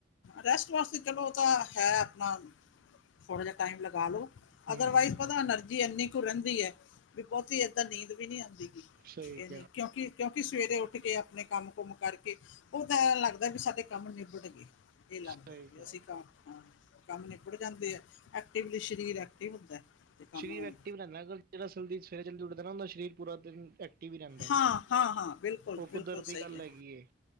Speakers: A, on the left; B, on the right.
A: ਰੈਸਟ ਵਾਸਤੇ ਚਲੋ ਉਹ ਤਾਂ ਹੈ ਆਪਣਾ, ਥੋੜ੍ਹਾ ਜਿਹਾ ਟਾਈਮ ਲਗਾ ਲਓ।
B: ਹੂੰ
A: ਅਦਰਵਾਈਜ਼ ਪਤਾ ਐਨਰਜੀ ਇੰਨੀ ਕੁ ਰਹਿੰਦੀ ਐ, ਵੀ ਬਹੁਤੀ ਏਦਾਂ ਨੀਂਦ ਵੀ ਨੀ ਆਉਂਦੀ। <unintelligible>
B: ਸਹੀ
A: ਐਨੀ
B: ਕਿਹਾ
A: ਕਿਉ ਕੀ ਕਿਉਂਕਿ ਸਵੇਰੇ ਉੱਠ ਕੇ ਆਪਣੇ ਕੰਮ-ਕੁਮ ਕਰਕੇ, ਉਹ ਤਾਂ ਐ ਲੱਗਦਾ ਵੀ ਸਾਡੇ ਕੰਮ ਨਿਬੜ ਗਏ। ਇਹ ਲੱਗਦਾ
B: ਸਹੀ ਕਿਹਾ
A: ਕਿ ਅਸੀਂ ਕੰਮ ਹਾ, ਕੰਮ ਨਿਬੜ ਜਾਂਦੇ ਆ ਐਕਟਿਵਲੀ ਸਰੀਰ ਐਕਟਿਵ ਹੁੰਦਾ। ਤੇ ਕੰਮ
B: ਸਰੀਰ ਐਕਟਿਵ ਰਹਿੰਦਾ ਅਗਰ ਜਿਹੜਾ ਸਵੇਰੇ ਜਲਦੀ ਉਠਦਾ ਨਾ ਉਹਦਾ ਸਰੀਰ ਪੂਰਾ ਦਿਨ ਐਕ ਐਕਟਿਵ ਹੀ ਰਹਿੰਦਾ,
A: ਹਾਂ ਹਾਂ ਹਾਂ ਬਿਲਕੁਲ
B: ਉਹ ਕੁਦਰਤ
A: ਬਿਲਕੁਲ
B: ਦੀ
A: ਸਹੀ
B: ਗੱਲ
A: ਹੈ
B: ਹੈਗੀਏ।